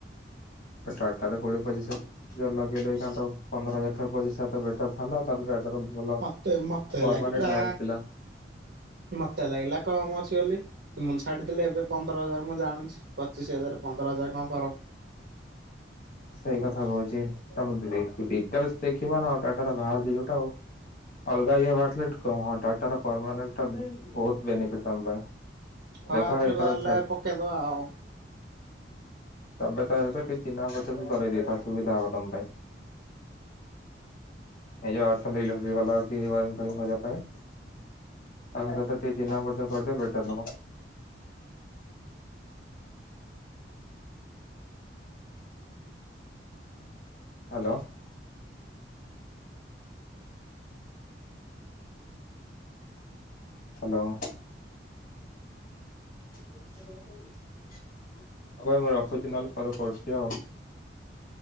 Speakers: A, on the left; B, on the right.
A: ଟାଟାରେ କୋଡିଏ ପଚିଶ ହଜାର। ଲଗେଇଲେ, ଏଇ ଖାନ୍‌ ତ ପନ୍ଦର ହଜାର ଠାରୁ ପଚିଶ ହଜାର ତ ବେଟର ଥାନ୍ତା। ତାପରେ ଭଲ
B: ମତେ ମତେ
A: ପରମାନେଣ୍ଟ
B: ଲାଗିଲା,
A: ହାୟାର ଥିଲା।
B: ମତେ ଲାଗିଲା କମ୍ ଅଛି ବୋଲି। ତୁ, ମୁଁ ଛାଡିଦେଲେ ଏବେ ପନ୍ଦର ହଜାର ମୁଁ ଜାଣୁଛି। ପଚିଶ ହଜାର, ପନ୍ଦର ହଜାର, କଣ ଫରକ।
A: ସେଇ କଥା କହୁଛି। ତମେ ଦେଖି, ଡିଟେଲ୍ସ ଦେଖିବ ନା, ଆଉ ଟାଟାର ବାହାରୁଛି, ଯୋଉଟା, ଆଉ ଅଲଗା ଇଏ ବାହାରିଥିଲା। କଣ ଟାଟାର ପରମାନେଣ୍ଟଟା ବହୁତ ବେନିଫିଟ ତମ ପାଇଁ।
B: ହଁ,
A: ଦେଖ
B: ଆଉଥରେ
A: ଏଇଥର
B: ବାହାରିଲେ
A: ଛାଡ
B: ପକେଇଦବା, ଆଉ
A: ତମେ ତା ସହିତ ଟିକେ ଚିହ୍ନା ପରିଚୟ ବି କରାଇ ଦେଇଥାଅ ସୁବିଧା ହବ ତମ ପାଇଁ। ଏ ଯୋଉ ଅଛନ୍ତି, ଇଲେକ୍ଟ୍ରି ଵାଲା, କି ୱାରିଂ ଫ୍ୟାରିଙ୍ଗ କରିବା ପାଇଁ? ତମେ ତ ଟିକେ ଚିହ୍ନା ପରିଚୟ କରିଦିଅ ବେଟର୍ ହେବ। ହ୍ୟାଲୋ। ହ୍ୟାଲୋ। ହଉ ଭାଇ, ମୁଁ ରଖୁଛି। ନହେଲେ, ପରେ କରୁଛି ଆଉ